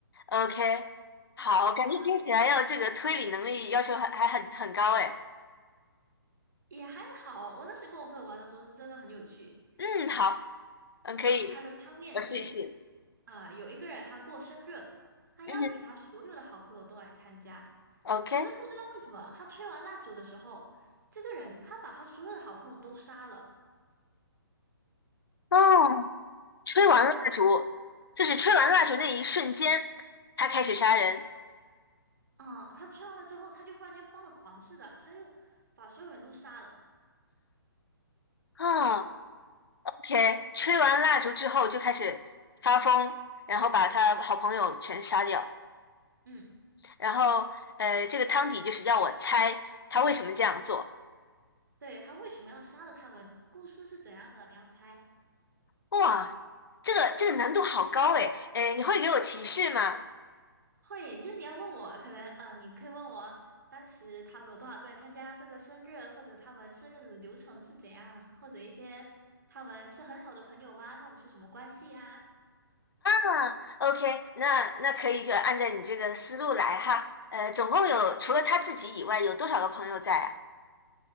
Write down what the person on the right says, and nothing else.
OK，
好的，也还好，我那时跟我朋友玩的时候是真的很有趣。
好，他的汤面是，
啊、有一个人他过生日，他邀请他所有的好朋友都来参加，
可是不知道为什么，他吹完蜡烛的时候，这个人他把他所有的好朋友都杀了。
啊、他吹完了之后，他就忽然间发了狂似的，他就把所有人都杀了。
嗯，
对，他为什么要杀了他们？故事是怎样的？你要猜？
会，就是你要问我，可能呃，你可以问我当时他们有多少个人参加这个生日，或者他们生日的流程是怎样，或者一些他们是很好的朋友吗？他们是什么关系呀？